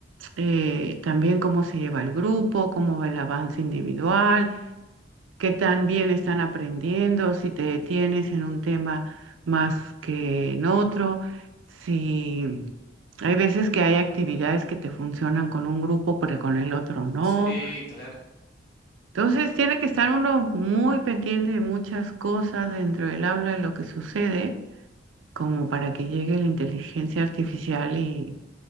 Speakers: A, on the right (about 85°); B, on the left (about 55°).
A: eh, también cómo se lleva el grupo, cómo va el avance individual, qué tan bien están aprendiendo, si te detienes en un tema más que en otro, si hay veces que hay actividades que te funcionan con un grupo, pero con el otro no.
B: Sí, claro. <laughs>
A: Entonces tiene que estar uno muy pendiente de muchas cosas dentro del aula de lo que sucede, como para que llegue la inteligencia artificial y